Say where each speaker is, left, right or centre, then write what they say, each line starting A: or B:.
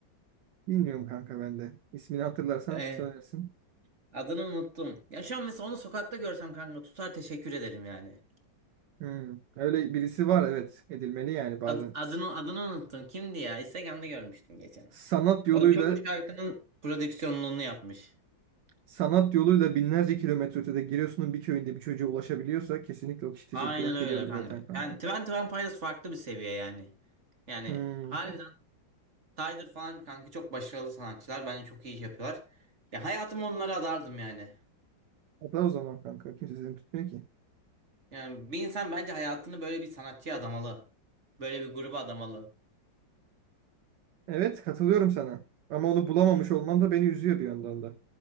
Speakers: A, on the right; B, on the right.
A: Bilmiyorum kanka ben de. İsmini hatırlarsan
B: E,
A: söylersin.
B: adını unuttum. Ya şu an mesela onu sokakta görsem kanka tutar teşekkür ederim yani.
A: Hı. Öyle birisi var evet. Edilmeli yani bazen.
B: Ad- adını
A: S-
B: adını unuttum. Kimdi ya? Instagram'da görmüştüm geçen.
A: Sanat yoluyla
B: O da çok bu şarkının prodüksiyonluğunu yapmış.
A: sanat yoluyla binlerce kilometre ötede Giresun'un bir köyünde bir çocuğa ulaşabiliyorsa kesinlikle o kişi teşekkür
B: Aynen
A: hak
B: öyle
A: ediyordur
B: kanka.
A: zaten kanka.
B: Yani Twenty One Pilots farklı bir seviye yani. Yani
A: Hmm.
B: harbiden Tyler falan kanka çok başarılı sanatçılar. Bence çok iyi iş yapıyorlar. Ya hayatımı onlara adardım yani.
A: Hatta o zaman kanka. Kimse seni tutmuyor ki.
B: Yani bir insan bence hayatını böyle bir sanatçıya adamalı. Böyle bir gruba adamalı.
A: Evet katılıyorum sana. Ama onu bulamamış
B: <laughs>
A: olman da beni üzüyor bir yandan da.